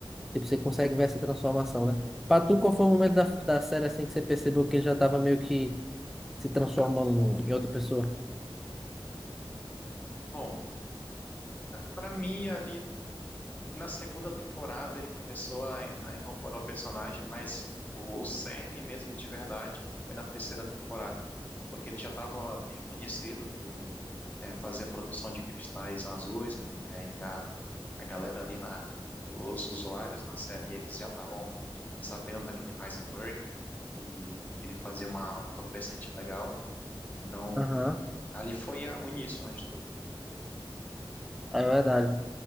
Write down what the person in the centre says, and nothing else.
Tipo, você consegue ver essa transformação, né? Pra tu, qual foi o momento da, da série, assim, que você percebeu que ele já tava meio que se transformando no- em outra pessoa?
Aham.
É verdade.